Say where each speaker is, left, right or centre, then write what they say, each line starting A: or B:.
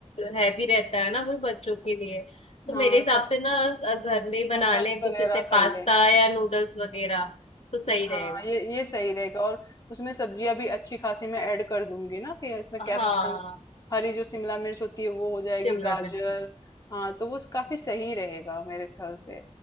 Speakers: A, on the left; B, on the left.
A: हैवी रहता है ना वो बच्चों के लिए तो
B: हाँ
A: मेरे हिसाब
B: सब
A: से ना अ, घर में ही बना
B: नूडल्स
A: लें कुछ
B: वगैरह
A: जैसे पास्ता
B: कर ले
A: या नूडल्स वगैरह तो सही
B: हाँ
A: रहेगा
B: ये ये सही रहेगा और उसमें सब्जियां भी अच्छी खासी मैं ऐड कर दूंगी ना कि इसमें
A: हाँ
B: कैप्सिकम हरी जो शिमला मिर्च होती है वो हो जाएगी
A: शिमला
B: गाजर
A: मिर्च
B: हाँ तो वो काफी सही रहेगा मेरे ख्याल से